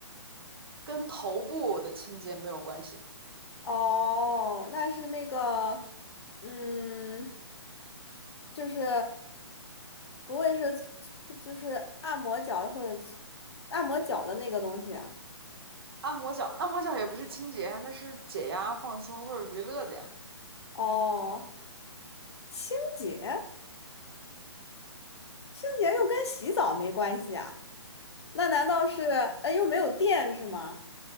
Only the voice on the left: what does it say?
哦，那是那个，嗯，就是不会是搓就是按摩脚或者搓按摩脚的那个东西啊
哦，清洁，清洁又跟洗澡没关系啊？那难道是，呃，又没有电是吗？